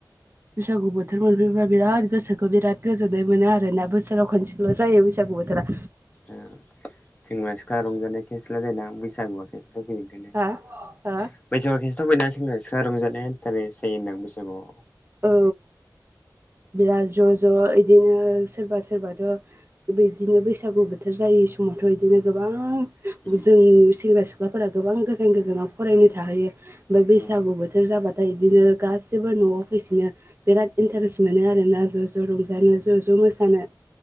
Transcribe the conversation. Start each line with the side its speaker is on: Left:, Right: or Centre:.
Right: बैसागु बोथोर मोनफैयोबा बिराद गोसोखौ बिराद गोजोन्नाय मोनो आरो ना बोसोराव खनसे ल' जायो बैसागु बोथोरा।
Left: ओ सेंग्रा सिख्ला रंजानाया केेस <unintelligible> बैसागु बैसागुआव
Right: हा हा
Left: खिन्थु बयनाबो सेंग्रा सिख्ला रंजानाया इन्टारेस्ट जायो होनदां बैसागुआव।
Right: औ बिराद ज' ज' इदिनो सोरबा सोरबाथ' - बेदिनो बैसागु बोथोर जायै समावथ' बिदिनो गोबां जों
Left: उम
Right: सेंग्रा सिख्ला सिख्लाफोरा गोबां गोजान गोजानाव फरायनो थाहैयो ओमफ्राय बैसागु
Left: उम
Right: बोथोर जाबा बिदिनो गासिबो न'आव फैफिनो बिराद
Left: उम
Right: इन्टारेस्ट मोनो आरोना ज' ज' रंजानो ज' ज' मोसानो।